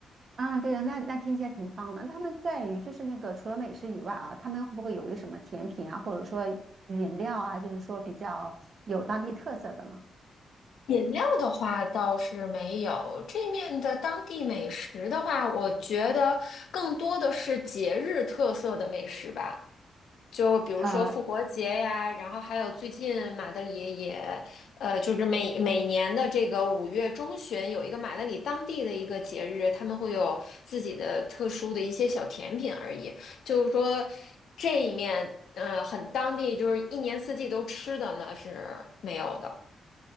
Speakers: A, on the right (about 45°); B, on the left (about 70°).
A: 啊，对的，那那听起来挺棒的。那他们在于就是那个除了美食以外啊，他们会不会有一什么甜品啊，或者说饮料啊，就是说比较有当地特色的呢？
B: 饮料的话倒是没有，这面的当地美食的话，我觉得更多的是节日特色的美食吧，就比如说复活节呀，
A: 呃，
B: 然后还有最近马德里也，呃，就是每每年的这个五月中旬有一个马德里当地的一个节日，他们会有自己的特殊的一些小甜品而已，就是说这一面，呃，很当地，就是一年四季都吃的呢是没有的，